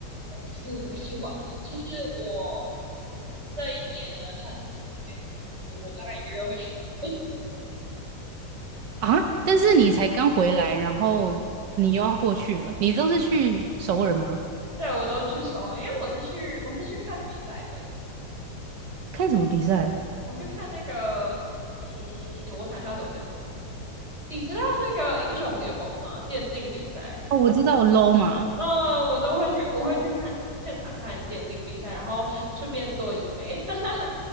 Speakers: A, on the right (about 40°); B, on the right (about 85°).
A: 是我去玩，就是我这一年很长没有去我大概一个月会去一次
B: 啊？但是你才刚回来，然后你又要过去了，你都是去首尔吗？
A: <laughs> 对我都去首尔，因为我是去我是去看比赛的，
B: 看什么比赛？
A: 我去看那个嗯，我想一下怎么讲，你知道那个英雄联盟吗？电竞比赛。
B: 哦，我知道 l o w 嘛，
A: 嗯，我都会去，我会去看现场看电竞比赛，然后顺便做医美，<laughs>